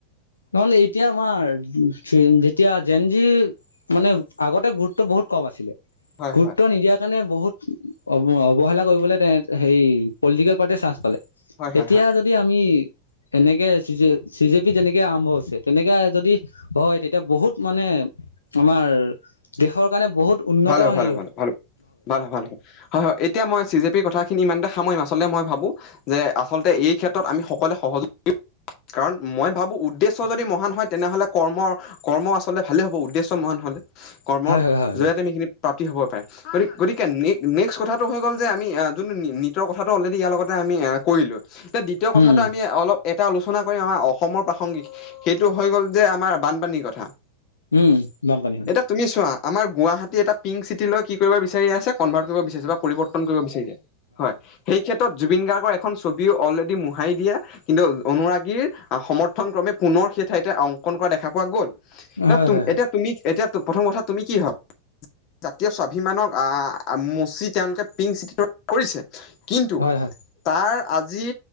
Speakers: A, on the left (about 75°); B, on the left (about 40°).
A: নহলে এতিয়া আমাৰ, যে, যেতিয়া জেন জি মানে, আগতে গুৰুত্ব বহুত কম আছিলে।
B: হয়
A: গুৰুত্ব
B: হয়
A: নিদিয়াৰ কাৰণে বহুত, অ', অৱহেলা কৰিবলৈ তেহেত হেৰি পলিটিকেল পাৰ্টিয়ে চাঞ্চ পালে,
B: হয় হয়
A: এতিয়া যদি যদি আমি, এনেকে C J C J P যেনেকে আৰম্ভ হৈছে। তেনেকে যদি হয়, তেতিয়া বহুত মানে আমাৰ দেশৰ কাৰণে বহুত উন্নত
B: ভাল হব,
A: হেৰি
B: ভাল হব, ভাল হব ভাল হব ভাল হব, হয়, হয়, এতিয়া মই চি জে পিৰ কথা খিনি ইমানতে সামৰিম, আচলতে মই ভাবো যে, আচলতে এই ক্ষেত্ৰত আমি সকলোৱ সহযোগ কাৰণ মই ভাবো উদ্দেশ্য যদি মহান হয় তেনেহলে কৰ্মৰ, কৰ্ম আচলতে ভালে হ'ব, উদ্দেশ্য মহান হ'লে। কৰ্মৰ
A: হয় হয় হয়
B: জৰিয়তে
A: হয়
B: আমি এইখিনি প্ৰাপ্তি হ'ব পাৰে, গতিকে, গতিক নেক্সট কথাটো হৈ গ'ল যে, আমি যোনটো নীটৰ কথাটো অলৰেডি ইয়াৰ লগতে আমি কৰিলোঁ। এতিয়া, দ্বিতীয় কথাটো
A: উম
B: আমি অলপ এটা আলোচনা কৰিম। আমাৰ অসমৰ প্ৰাসংগিক সেইটো হৈ গ'ল যে, আমাৰ বানপানীৰ কথা।
A: উম্, বানপানী।
B: এতিয়া তুমি চোৱা, আমাৰ গুৱাহাটী এটা পিংক চিটি লৈ, কি কৰিব বিচাৰি আছে। কনভাৰ্ট কৰিব বিচাৰিছে বা পৰিৱৰ্তন কৰিব বিচাৰিছে, হয়। সেইক্ষেত্ৰত, জুবিন গাৰ্গৰ এখন ছবিও অলৰেডি মোহাৰি দিয়ে। কিন্তু অনুৰাগীৰ সমৰ্থন ক্ৰমে, পুনৰ সেই ঠাইতে অংকন কৰা দেখা পোৱা গ'ল। এতিয়া
A: হয় হয় হয়
B: তুমি, এতিয়া প্ৰথম কথা তুমি কি হয়? জাতীয় স্বাভিমানক অ', মচি তেওঁলোকে পিংক চিটি কৰিছে। কিন্তু
A: হয় হয়
B: তাৰ আজি